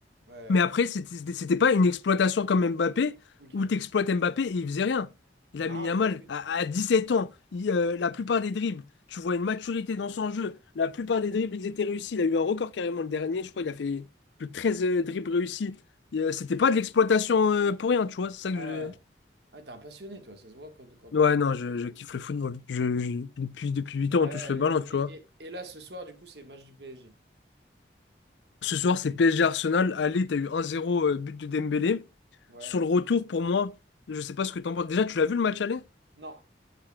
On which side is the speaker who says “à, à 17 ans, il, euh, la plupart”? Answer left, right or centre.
Left